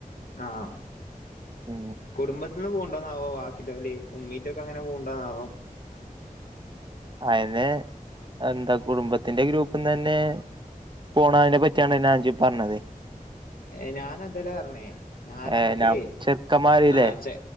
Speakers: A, on the left; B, on the right.
A: ആഹ്
B: ഉം
A: കുടുംബത്ത്ന്ന് പോവ്ണ്ടോന്നാവോ വാക്കില്ലോല് ഉമ്മീറ്റൊക്കങ്ങനെ പോവ്ണ്ടോന്നാവോ
B: അയിന്ന് എന്താ കുടുംബത്തിന്റെ ഗ്രൂപ്പ്ന്നെന്നെ പോണതിനെ പറ്റിയാണ്ലോ അഞ്ചി പറഞ്ഞത്
A: ഏഹ് ഞാനതല്ല പർഞ്ഞേ ഞാനംക്കേ
B: ഏ ഞാൻ ചെറുക്കന്മാരില്ലേ
A: ആഹ് ചെ